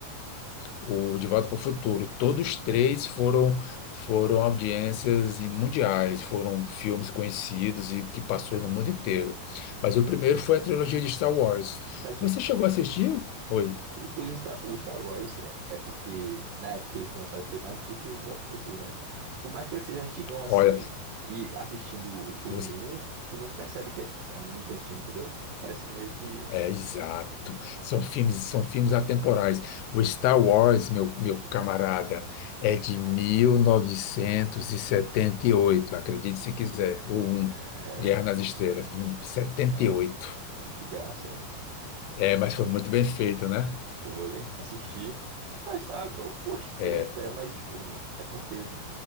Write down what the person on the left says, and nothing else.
o De Volta para o Futuro. Todos três foram foram audiências e mundiais, foram filmes conhecidos e que passou no mundo inteiro. Mas o primeiro foi a trilogia de Star Wars.
Você chegou a assistir? Oi.
Olha,
você-
é exato. São filmes, são filmes atemporais. O Star Wars, meu, meu camarada, é de 1978, acredite se quiser. O um,
Guerra nas Estrelas, 78.
É, mas foi muito bem feito, né?
É,